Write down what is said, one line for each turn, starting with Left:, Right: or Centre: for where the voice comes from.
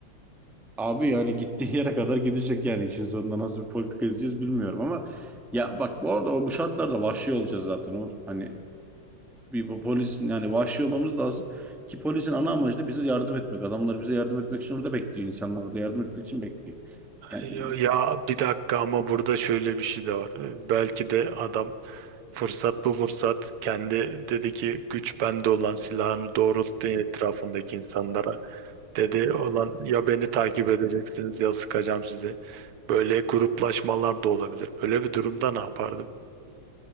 Centre: Abi yani gittiği yere kadar gidecek yani işin sonunda nasıl bir politika izleyeceğiz bilmiyorum ama ya bak bu arada o bu şartlarda vahşi olacağız zaten Uğur. Hani bir bu polisin yani vahşi olmamız lazım ki polisin ana amacı da bize yardım etmek. Adamlar bize yardım etmek için orada bekliyor. İnsanlar orada yardım etmek için bekliyor. Yani
Right: Ya ya bir dakika ama burada şöyle bir şey de var. Belki de adam fırsat bu fırsat kendi dedi ki güç bende olan silahını doğrulttu etrafındaki insanlara. Dedi olan ya beni takip edeceksiniz ya sıkacağım sizi. Böyle gruplaşmalar da olabilir. Böyle bir durumda ne yapardın?